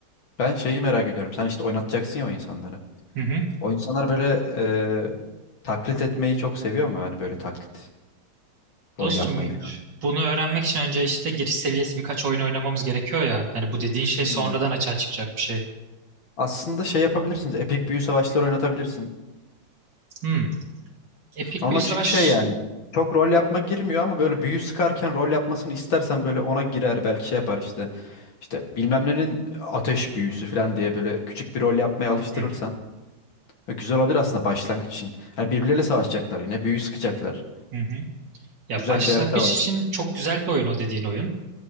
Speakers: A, on the left (about 75°); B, on the right (about 60°).
A: ben şeyi merak ediyorum. Sen işte oynatacaksın ya o insanları.
B: Hı hı.
A: O insanlar böyle e, taklit etmeyi çok seviyor mu? Hani böyle taklit rol
B: Dostum
A: yapmayı falan.
B: bunu öğrenmek için önce işte giriş seviyesi birkaç oyun oynamamız gerekiyor ya. Yani bu dediğin şey
A: Hmm.
B: sonradan açığa çıkacak bir şey.
A: Aslında şey yapabilirsiniz. Epik büyü savaşları oynatabilirsin.
B: Hmm. Epik
A: Ona
B: bir savaş.
A: çünkü şey yani çok rol yapma girmiyor ama böyle büyü sıkarken rol yapmasını istersen böyle ona girer belki şey yapar işte. İşte bilmem nenin ateş büyüsü falan diye böyle küçük bir rol yapmaya alıştırırsan.
B: Hı
A: e, Güzel olabilir aslında başlangıç için. Hani birbirleriyle savaşacaklar yine büyü sıkacaklar.
B: hı. hı hı. Ya
A: Güzel
B: başlangıç
A: bir harita var
B: için çok güzel bir oyun o dediğin oyun.